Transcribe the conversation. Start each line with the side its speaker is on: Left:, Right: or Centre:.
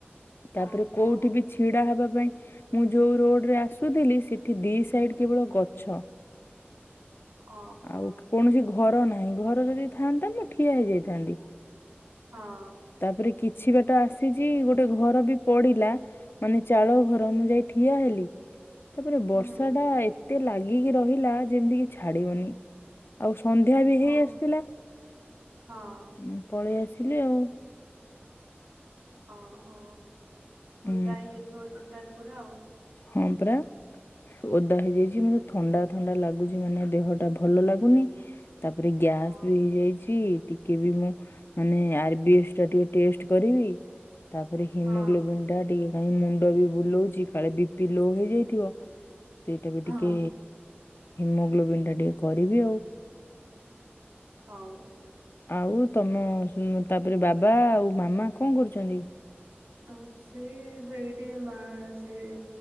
Left: ତାପରେ
Right: ଓହୋ
Left: କଉଠି ବି ଛିଡା ହବା ପାଇଁ ମୁଁ ଯଉ ରୋଡ୍ ରେ ଆସୁଥିଲି ସେଠି ଦି ସାଇଡ୍ କେବଳ ଗଛ।
Right: ଓହୋ
Left: ଆଉ କୌଣସି ଘ ଘର ନାହିଁ ଘର ଯଦି ଥାଆନ୍ତା ମୁଁ ଠିଆ ହେଇଯାଇଥାନ୍ତି
Right: ହଁ
Left: ତାପରେ କିଛି ବାଟ ଆସିଚି ଗୋଟ୍ ଗୋଟେ ଘର ବି ପଡିଲା ମାନେ ଚାଳ ଘର ମୁଁ ଯାଇ ଠିଆ ହେଲି ତାପରେ ବର୍ଷା
Right: ହୁଁ
Left: ଟା ଏତେ ଲାଗିକି ରହିଲା ଯେମିତି କି ଛାଡିବନି। ଆଉ ସନ୍ଧ୍ୟା ବି ହେଇ
Right: ଓ
Left: ଆସିଥିଲା
Right: ହଁ
Left: ଉଁ- ପଳେଇ ଆସିଲି ଆଉ।
Right: ଓହୋ
Left: ଉଁ
Right: ଓଦା ହେଇଯାଇଥିବ ଟୋଟାଲ୍ ପୁରା ଆଉ।
Left: ହଁ ପୁରା ଓଦା ହେଇଯାଇଚି
Right: ହଁ
Left: ମତେ ଥଣ୍ଡା ଥଣ୍ଡା ଲାଗୁଚି ମାନେ ଦେହ ଟା ଭଲ ଲାଗୁନି ତାପରେ ଗ୍ୟାସ୍
Right: ହଁ
Left: ବି ହେଇଯାଇଚି ଟିକ୍ କେବି ମୁଁ ମାନେ ଆର ବି ଏସ୍ ଟା ଟିକେ ଟେଷ୍ଟ୍ କରିବି ତାପରେ ହିମୋଗ୍ଲୋବନ୍
Right: ହଁ
Left: ଟା ଟିକେ କାଇଁ ମୁଣ୍ଡ ବି ବୁଲଉଚି କାଳେ ବି ପି ଲୋ ହେଇଯାଇଥିବ। ସେଇଟା ବି
Right: ହଁ
Left: ଟିକେ ହିମୋଗ୍ଲୋବନ୍ ଟା ଟିକେ କରିବି ଆଉ।
Right: ହଉ।
Left: ଆଉ ତମ ତାପରେ ବାବା ଆଉ ମାମା କଣ କରୁଚନ୍ତି?
Right: ଆଉ ସେଇ- ସେଇଠି ମା ସିଏ